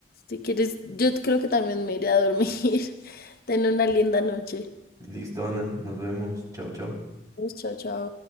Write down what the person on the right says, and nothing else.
Listo, Ana, nos vemos. Chao, chao.